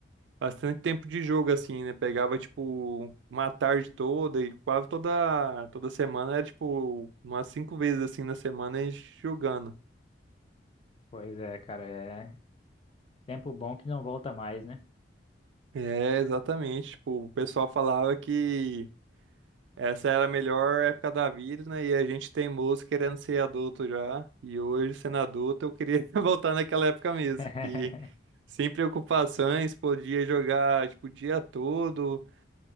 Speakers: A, on the right; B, on the left.
A: bastante tempo de jogo, assim, né? Pegava, tipo, uma tarde toda e quase toda, toda semana era, tipo, umas cinco vezes assim na semana a gente jogando.
B: Pois é, cara, é tempo bom que não volta mais, né?
A: É, exatamente. Tipo, o pessoal falava que essa era a melhor época da vida, né? E a gente teimoso querendo ser adulto já. E hoje, sendo adulto, eu queria <laughs> voltar naquela época mesmo,
B: <laughs>
A: que sem preocupações, podia jogar, tipo, o dia todo,